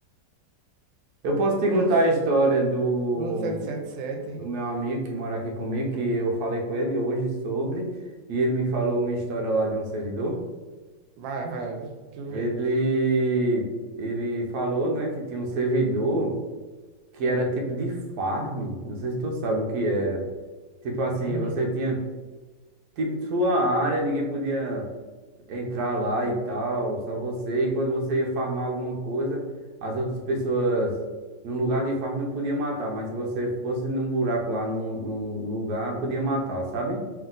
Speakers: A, on the right; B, on the right.
A: Eu posso te
B: Bruno.
A: contar a história do,
B: Bruno sete sete sete.
A: do meu amigo que mora aqui comigo, que eu falei com ele hoje sobre, e ele me falou uma história lá de um servidor.
B: Vai, vai, deixa eu
A: Ele,
B: ver.
A: ele falou, né, que tinha um servidor. que era tipo de farm. Não sei se tu sabe o que era. Tipo assim,
B: Uhum,
A: você tinha tipo sua área, ninguém podia entrar lá e tal, só você. E quando você ia farmar alguma coisa, as outras pessoas no lugar de farm não podia matar, mas se você fosse num buraco lá, num, num lugar, podia matar, sabe?